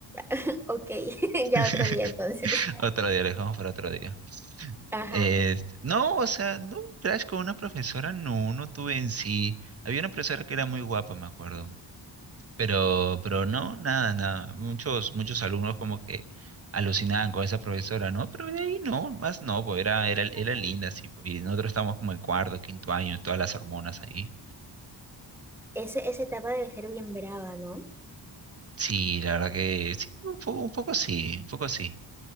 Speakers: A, in the centre; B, on the right.
A: <laughs> Ok, <laughs>
B: <laughs>
A: ya otro día entonces.
B: Otro día, lo dejamos para otro día.
A: Ajá.
B: Este, no, o sea, no, crash con una profesora, no, no tuve en sí. Había una profesora que era muy guapa, me acuerdo. Pero, pero no, nada, nada. Muchos, muchos alumnos como que alucinaban con esa profesora, ¿no? Pero de ahí no, más no, pues era, era, era
A: Ok.
B: linda, sí, pues. Y nosotros estábamos como en cuarto, quinto año, todas las hormonas ahí.
A: Ese- esa etapa debe ser bien brava, ¿no?
B: Sí, la verdad que sí, un poco, un poco sí, un poco sí.